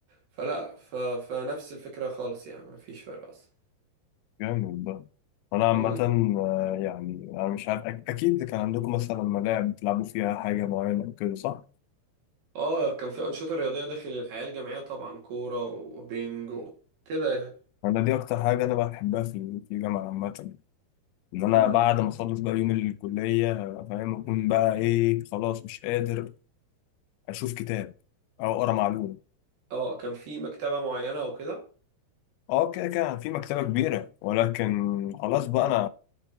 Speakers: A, on the right; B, on the left.
A: فلا ف... فنفس الفكرة خالص يعني مفيش فرق أصلا
B: جامد بقى أنا عامة
A: مم.
B: آه، يعني أنا مش عارف أك- أكيد كان عندكم مثلا ملاعب بتلعبوا فيها حاجة معينة أو كده صح؟
A: اه كان في أنشطة رياضية داخل الحياة الجامعية طبعا كورة وبينج وكده يعني
B: انا دي اكتر حاجه انا بحبها في في الجامعه عامه ان انا
A: مم.
B: بعد ما اخلص بقى يوم الكليه أبقى فاهم اكون بقى ايه خلاص مش قادر اشوف كتاب او اقرا معلومه
A: اه كان في مكتبة معينة وكده
B: اه كده كده في مكتبه كبيره ولكن خلاص بقى انا